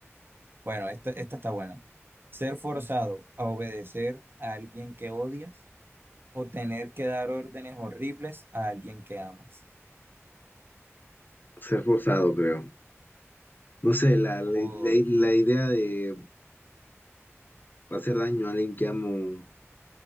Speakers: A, on the right (about 45°); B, on the left (about 40°).
A: bueno, esta, esta está buena. Ser forzado a obedecer a alguien que odias o tener que dar órdenes horribles a alguien que amas.
B: Ser forzado, creo. No sé, la, la,
A: Uh,
B: la- la idea de hacer daño a alguien que amo